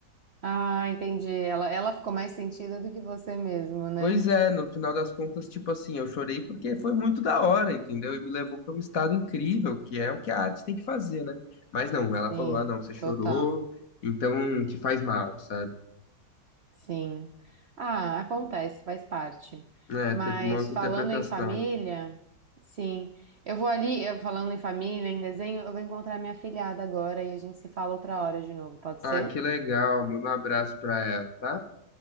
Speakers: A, on the right (about 55°); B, on the left (about 55°).
A: Ah, entendi. Ela, ela ficou mais sentida do que você mesmo, né?
B: Pois é, no final das contas, tipo assim, eu chorei porque foi muito da hora, entendeu? E me levou para um estado incrível, que é o que a arte tem que fazer, né? Mas não, ela
A: Sim,
B: falou: ah, não, você chorou,
A: total.
B: então te faz mal, sabe?
A: Sim. Ah, acontece, faz parte.
B: É,
A: Mas
B: teve uma outra
A: falando
B: interpretação.
A: em família, sim. Eu vou ali, eu- falando em família, em desenho, eu vou encontrar minha filhada agora e a gente se fala outra hora de novo, pode
B: Ah,
A: ser?
B: que legal, manda um abraço pra ela, tá?